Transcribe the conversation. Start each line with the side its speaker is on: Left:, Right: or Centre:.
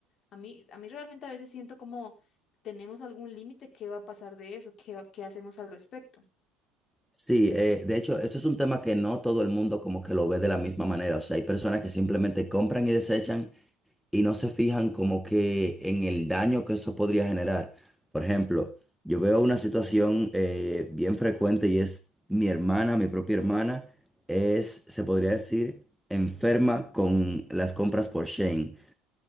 Left: A mí, a mí realmente a veces siento como... ¿Tenemos algún límite? ¿Qué va a pasar de eso? ¿Qué, va- qué hacemos al respecto?
Centre: Sí, eh, de hecho, esto es un tema que no todo el mundo como que lo ve de la misma manera. O sea, hay personas que simplemente compran y desechan y no se fijan como que en el daño que eso podría generar. Por ejemplo, yo veo una situación eh, bien frecuente y es mi hermana, mi propia hermana, es, se podría decir, enferma con las compras por Shane.